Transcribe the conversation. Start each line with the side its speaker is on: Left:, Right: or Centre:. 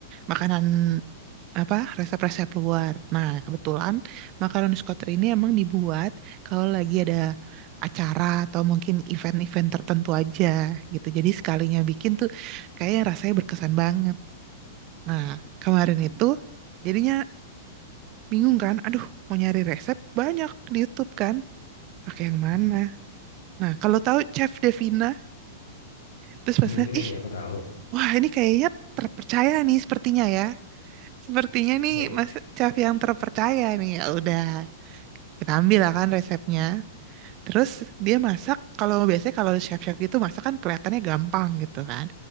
Right: makanan apa resep-resep luar. Nah, kebetulan makaroni Scotter ini emang dibuat kalau lagi ada acara atau mungkin event-event tertentu aja gitu. Jadi sekalinya bikin tuh kayak rasanya berkesan banget. Nah, kemarin itu jadinya bingung kan, aduh mau nyari resep banyak di YouTube kan, pakai yang
Left: Hmm.
Right: mana? Nah, kalau tahu Chef Devina terus
Left: Filipina
Right: pas lihat, ih,
Left: ya, aku tahu.
Right: wah ini kayaknya terpercaya nih sepertinya ya. Sepertinya nih
Left: Oke.
Right: Mas Chef yang terpercaya nih. Ya udah, kita ambil lah kan resepnya. Terus dia masak, kalau biasanya kalau chef-chef gitu masak kan kelihatannya gampang gitu kan.